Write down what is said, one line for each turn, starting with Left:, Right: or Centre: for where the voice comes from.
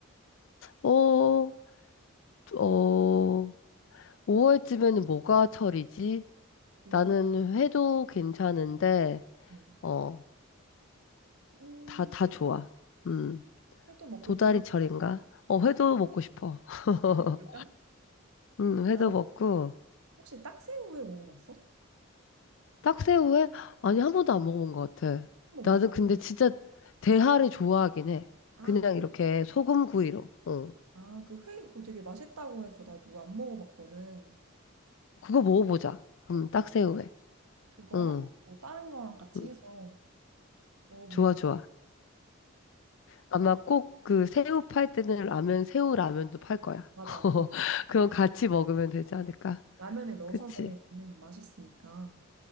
Left: 어, 어, 5월쯤에는 뭐가 철이지?
Right: 우와.
Left: 나는 회도 괜찮은데,
Right: 음.
Left: 어,
Right: 음.
Left: 다, 다 좋아. 음.
Right: 회도 먹고
Left: 도다리철인가?
Right: 그럼
Left: 어, 회도 먹고 싶어. <laughs>
Right: 회 먹을까?
Left: 음, 회도
Right: 나는
Left: 먹고.
Right: 혹시 딱새우회 먹어봤어?
Left: 딱새우회? 아니,
Right: 응.
Left: 한 번도 안 먹어본 것 같아.
Right: 한번
Left: 나는
Right: 먹어볼래?
Left: 근데 진짜 대하를 좋아하긴 해.
Right: 아,
Left: 그냥
Right: 그래?
Left: 이렇게 소금구이로. 어.
Right: 아, 그 회, 그거 되게 맛있다고 해서 나도 안 먹어봤거든.
Left: 그거 먹어보자. 그럼
Right: 어,
Left: 딱새우회.
Right: 그거랑
Left: 응.
Right: 뭐 다른 거랑 같이
Left: 응.
Right: 해서 먹어보면
Left: 좋아, 좋아. 아마 꼭 그 새우 팔 때는 라면, 새우 라면도 팔 거야.
Right: 맞아.
Left: <laughs>
Right: 거기
Left: 그럼 같이 먹으면 되지 않을까?
Right: 라면에 넣어서
Left: 그치?
Right: 먹으면 맛있으니까.